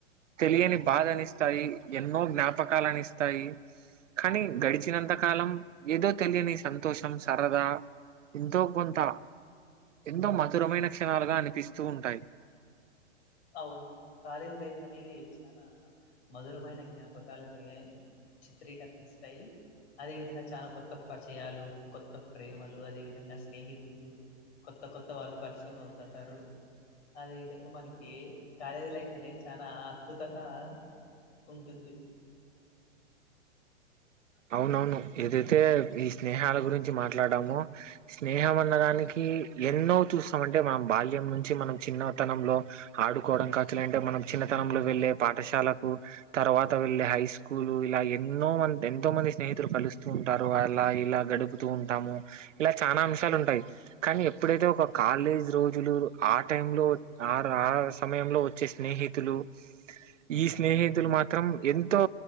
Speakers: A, on the right (about 80°); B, on the left (about 60°).
A: తెలియని బాధనిస్తాయి ఎన్నో జ్ఞాపకాలునిస్తాయి కానీ గడిచినంత కాలం ఏదో తెలియని సంతోషం సరదా ఎంతో కొంత ఎంతో మధురమైన క్షణాలుగా అనిపిస్తూ ఉంటాయి
B: అవును కాలేజ్ లైఫ్ అనేది తన మధురమైన జ్ఞాపకాలనే చిత్రీకరిస్తం దయి అదే విధంగా చాలా కొత్త పరిచయాలు కొత్త ప్రేమలు అదే విధంగా స్నేహితులు కొత్త కొత్త వాళ్ళు పరిచయం అవుతుంటారు అదే విధంగా మనకి ఏం ఏమి కాలేదు గాని కాలేజీ లైఫ్ అనేది చాలా అద్భుతంగా ఉంటుంది
A: అవునవును ఏదైతే మీ స్నేహాల గురించి మాట్లాడామో స్నేహం అన్నదనికి మనకి ఎన్నో చూస్తాం అంటే మనం బాల్యం నుంచి మన చిన్న తనంలో ఆడుకోవడం కావచ్చు అంటే మనం చిన్నతనంలో వెళ్ళే పాఠశాలకు తర్వాత వెళ్ళి హై స్కూలు ఇలా ఎన్నో మంది ఎ ఎంతోమంది స్నేహితులు కలుస్తూ ఉంటారు అలా ఇలా గడుపుతూ ఉంటాము ఇలా చానా అంశాలు ఉంటాయి కానీ ఎప్పుడైతే ఒక కాలేజ్ రోజులు ఆ టైంలో ఆ ఆ సమయంలో మంచి స్నేహితులు ఈ స్నేహితులు మాత్రం ఎంతో